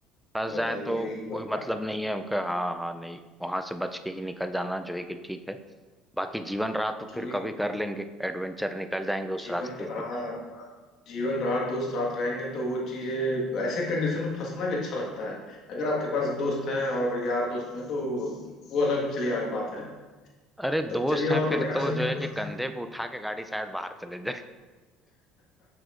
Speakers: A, in the centre; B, on the left.
A: फंस
B: बताइए
A: जाए तो
B: यही बात
A: कोई मतलब
B: ना
A: नहीं है उनका हाँ हाँ नहीं वहां से बच के ही निकल जाना जो है कि ठीक है बाकी जीवन रहा तो
B: कि
A: फिर कभी कर लेंगे एडवेंचर निकल जाएंगे उस
B: जीवन
A: रास्ते से
B: रहा जीवन रहा दोस्त साथ रहेंगे तो वो चीजें ऐसे कंडीशन में फंसना भी अच्छा लगता है अगर आपके पास दोस्त हैं और यार दोस्त में तो वो अलग चलिए अलग बात है
A: अरे
B: तब
A: दोस्त
B: चलिए और
A: हैं फिर
B: बताइए
A: तो
B: सब
A: जो है कि कंधे पे उठा के गाड़ी शायद बाहर चले जाए